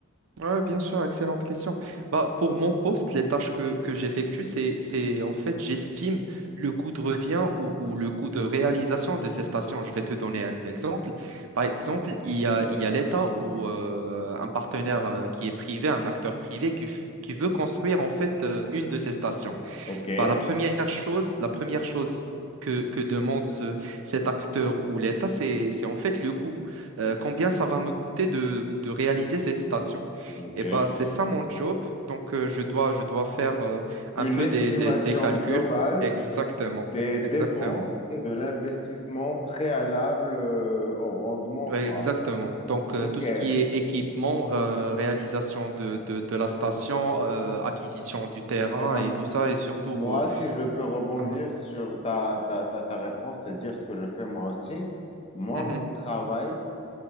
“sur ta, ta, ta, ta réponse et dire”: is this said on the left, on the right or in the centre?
Left